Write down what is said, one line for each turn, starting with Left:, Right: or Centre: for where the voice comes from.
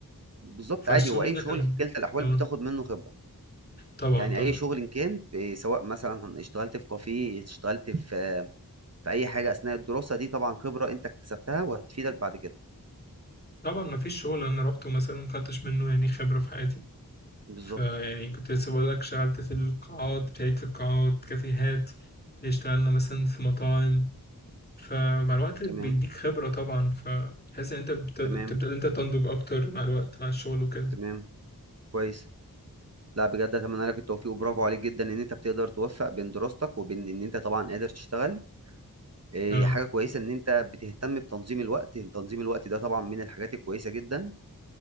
Right: بالظبط
Left: فالشغل
Right: عادي هو اي
Left: ده
Right: شغل
Left: كان
Right: في كلتا الاحوال
Left: اه
Right: بتاخد منه خبره
Left: طبعا
Right: يعني
Left: طبعا
Right: اي شغل إن كان في سواء مثلا اشتغلت في كافيه اشتغلت في في اي حاجه اثناء الدراسه دي طبعا خبره انت اكتسبتها وهتفيدك بعد كده
Left: طبعا ما فيش شغل انا روحته مثلا ما خدتش منه يعني خبره في حياتي
Right: بالظبط
Left: فيعني كنت لسه بقول لك شغلت في القاعات ابتديت في القاعات كافيهات اشتغلنا مثلا في مطاعم فمع الوقت بيديك
Right: تمام
Left: خبره طبعا فتحس ان انت بتد-
Right: تمام
Left: بتبدا إن انت تنضج اكتر مع الوقت مع الشغل وكده
Right: تمام كويس لا بجد اتمنى لك التوفيق وبرافو عليك جدا ان انت بتقدر توفق بين دراستك وبين ان انت طبعا قادر تشتغل إيه،
Left: اه
Right: هي حاجة كويسة إن أنت بتهتم بتنظيم الوقت، تنظيم الوقت ده طبعًا من الحاجات الكويسة جدًا،